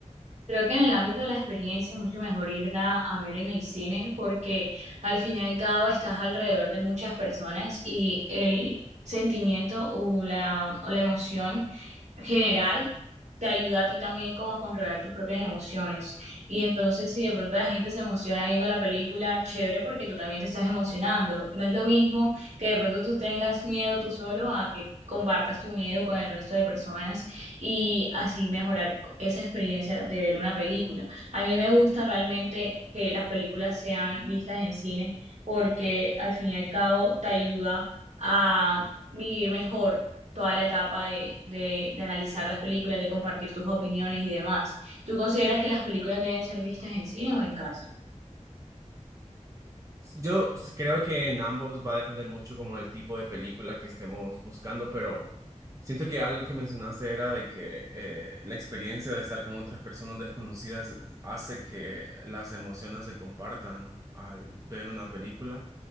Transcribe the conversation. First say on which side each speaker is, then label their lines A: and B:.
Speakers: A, on the right (about 65°); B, on the right (about 25°).
A: Creo que en el ámbito de la experiencia es mucho mejor irla a ver en el cine porque al fin y al cabo estás alrededor de muchas personas y el sentimiento o la, o la emoción general te ayuda a ti también como a controlar tus propias emociones. Y entonces si de pronto la gente se emociona viendo la película, chévere porque tú también te estás emocionando. No es lo mismo que de pronto tú tengas miedo tú solo a que compartas tu miedo con el resto de personas y así mejorar co- esa experiencia de ver una película. A mí me gusta realmente que las películas sean vistas en cine porque al fin y al cabo te ayuda a vivir mejor toda la etapa de, de, de analizar las películas, de compartir tus opiniones y demás. ¿Tú consideras que las películas deben ser vistas en cine o en casa?
B: Yo s- creo que en ambos va a depender mucho como del tipo de película que estemos buscando, pero siento que algo que mencionaste era de que eh, la experiencia de estar con otras personas desconocidas hace que las emociones se compartan al ver una película